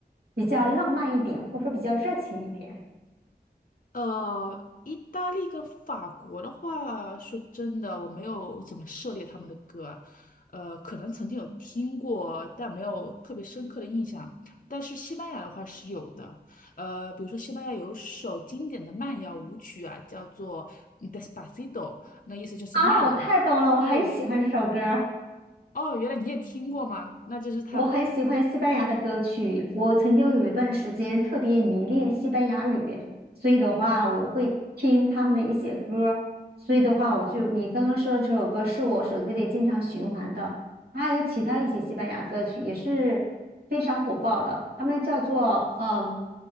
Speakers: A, on the right (about 70°); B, on the left (about 55°).
A: 比较浪漫一点，或者说比较热情一点？
B: 呃，意大利跟法国的话，说真的，我没有怎么涉猎他们的歌，呃，可能曾经有听过，但没有特别深刻的印象。但是西班牙的话是有的，呃，比如说西班牙有首经典的慢摇舞曲啊，叫做《嗯 Despacito》，那意思就是慢嘛。
A: 啊，我太懂了，我很喜欢这首歌。
B: 对，哦，原来你也听过吗？那真是太好了。
A: 我很喜欢西班牙的歌曲，我曾经有一段时间特别迷恋西班牙语，所以的话我会听他们的一些歌儿所以的话我就你刚刚说的这首歌是我手机里经常循环的，还有其他一些西班牙歌曲也是非常火爆的，他们叫做嗯